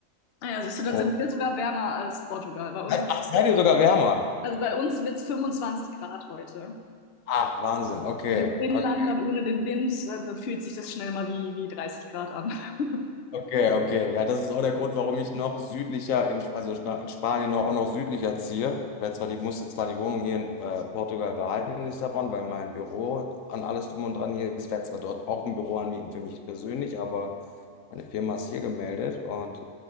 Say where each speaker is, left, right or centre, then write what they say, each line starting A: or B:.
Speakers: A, on the left; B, on the left.
A: Naja, siehst du, dann
B: Und,
A: sind wir sogar wärmer als Portugal. Bei uns,
B: ach, seid ihr sogar wärmer?
A: also bei uns wird es 25 Grad heute.
B: Ach, Wahnsinn. Okay,
A: Also im
B: okay,
A: Inland dann ohne den Wind, äh, dann fühlt sich das schnell mal wie, wie 30 Grad an. <laughs>
B: okay, okay. Ja, das ist auch der Grund, warum ich noch südlicher, in, also nach- in Spanien noch, auch noch südlicher ziehe. Weil zwar die musste zwar die Wohnung hier in äh, Portugal behalten in Lissabon, weil mein Büro an alles drum und dran hier ist. Ich Werde zwar dort auch ein Büro anmieten für mich persönlich, aber meine Firma ist hier gemeldet und